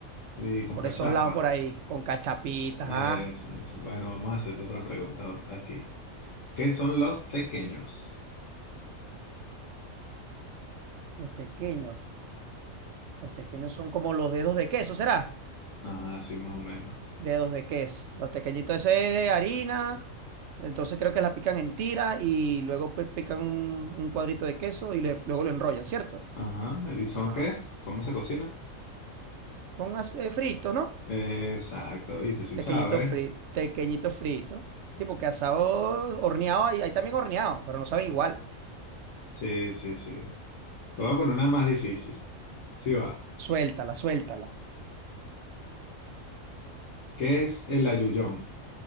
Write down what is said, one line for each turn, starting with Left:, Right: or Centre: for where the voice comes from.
Left: Y con
Right: por
Left: cachapa.
Right: esos lados por ahí, con cachapitas,
Left: Eso,
Right: ah.
Left: eso. Bueno, vamos a hacerte otra pregunta aquí. ¿Qué son los tequeños?
Right: Los pequeños, los pequeños son como los dedos de queso, ¿será?
Left: Ajá, sí, más o menos.
Right: dedos de queso. Los pequeñitos ese es de harina, entonces creo que la pican en tira y luego pues pican un, un cuadrito de queso y le- luego lo enrollan, ¿cierto?
Left: Ajá, ¿y son
Right: Ajá.
Left: qué? ¿Cómo se cocina?
Right: Póngase frito, ¿no?
Left: Exacto, viste, sí
Right: Pequeñito
Left: sabes.
Right: frito, pequeñito frito. Sí, porque asado horneado hay, hay también horneado, pero no saben igual.
Left: Sí, sí, sí. Te voy a poner una más difícil. Sí va.
Right: Suéltala, suéltala.
Left: ¿Qué es el ayuyón?